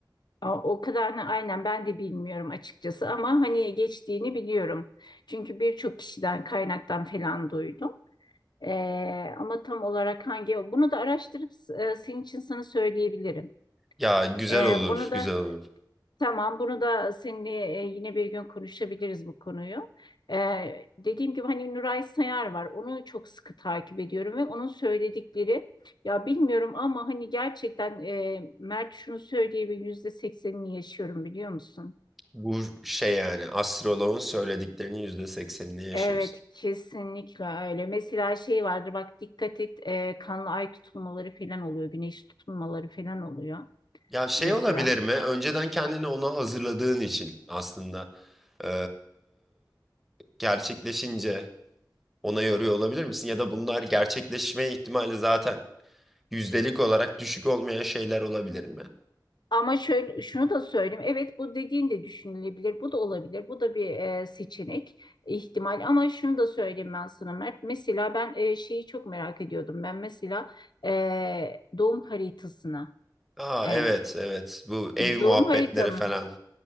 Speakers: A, on the left; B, in the centre.
A: Aa, O kadarını aynen ben de bilmiyorum açıkçası ama hani geçtiğini biliyorum. Çünkü birçok kişiden kaynaktan falan duydum. Ee, ama tam olarak hangi bunu da araştırıp e, senin için sana söyleyebilirim.
B: Ya güzel
A: Ee,
B: olur,
A: bunu da
B: güzel olur.
A: tamam bunu da seninle e, yine bir gün konuşabiliriz bu konuyu. Ee, dediğim gibi hani Nuray Sayar var onu çok sıkı takip ediyorum ve onun söyledikleri ya bilmiyorum ama hani gerçekten e, Mert şunu söyleyebilir yüzde seksenini yaşıyorum biliyor musun?
B: Bu şey yani astroloğun söylediklerinin yüzde seksenini yaşıyorsun.
A: Evet kesinlikle öyle. Mesela şey vardır bak dikkat et e, kanlı ay tutulmaları falan oluyor. Güneş tutulmaları falan oluyor
B: Ya şey
A: mesela.
B: olabilir mi? Önceden kendini ona hazırladığın için aslında e, gerçekleşince. ona yoruyor olabilir misin? Ya da bunlar gerçekleşme ihtimali zaten yüzdelik olarak düşük olmayan şeyler olabilir mi?
A: Ama şöyle şunu da söyleyeyim. Evet bu dediğin de düşünülebilir. Bu da olabilir. Bu da bir e, seçenek, ihtimal. Ama şunu da söyleyeyim ben sana Mert. Mesela ben e, şeyi çok merak ediyordum. Ben mesela e, doğum haritasını.
B: Aa
A: E,
B: evet evet bu ev muhabbetleri
A: doğum haritamı.
B: falan.